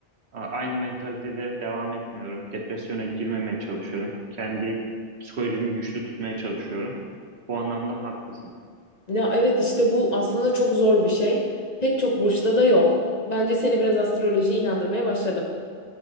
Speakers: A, on the right; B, on the left.
A: a- aynı mentalitede devam etmiyorum. Depresyona girmemeye çalışıyorum. Kendi psikolojimi güçlü tutmaya çalışıyorum. Bu anlamda haklısın.
B: Ya evet işte bu aslında çok zor bir şey. Pek çok burçta da yok. Bence seni biraz astrolojiye inandırmaya başladım.